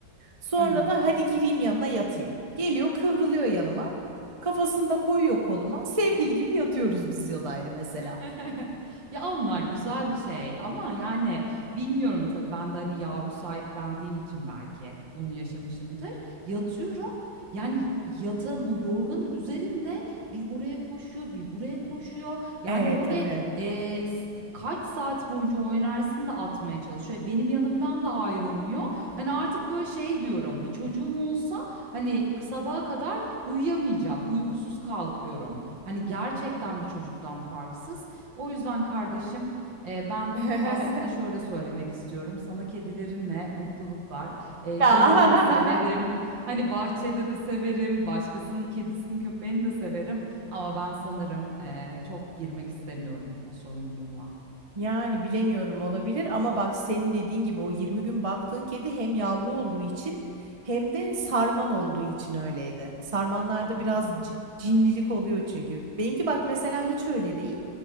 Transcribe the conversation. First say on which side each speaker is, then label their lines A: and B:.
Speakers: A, on the right; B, on the right.
A: Sonra
B: Hı hı.
A: da hadi gireyim yanına yatayım. Geliyor kıvrılıyor yanıma. Kafasını da koyuyor koluma. Sevgili gibi yatıyoruz biz Yoda'yla mesela.
B: <laughs> Ya onlar güzel bir şey ama yani bilmiyorum tabii ben de hani yavru sahiplendiğim için belki onu yaşamışımdır. Yatıyorum yani yatağın o yorganın üzerinde bir oraya koşuyor bir buraya koşuyor. Yani
A: E
B: böyle
A: tabii.
B: e, s- kaç saat boyunca o enerjisini de atmaya çalışıyor. E, benim yanımdan da ayrılmıyor. Hani artık böyle şey diyorum bir çocuğum olsa hani sabaha kadar uyuyamayacağım uykusuz kalkıyorum. Hani gerçekten bir çocuktan farksız. O yüzden kardeşim e, ben
A: <laughs>
B: aslında şöyle söylemek istiyorum. Sana kedilerinle mutluluklar. E,
A: Ya
B: gelirim, severim. Hani bahçede de severim. Başkasının kedisini, köpeğini de severim. Ama ben sanırım e, çok girmek istemiyorum o sorumluluğa.
A: yani bilemiyorum olabilir ama bak senin dediğin gibi o 20 gün baktığın kedi hem yavru olduğu için hem de sarman olduğu için öyleydi. Sarmanlarda
B: Hı hı.
A: biraz c- cinlilik oluyor çünkü. Benimki bak mesela hiç öyle değil.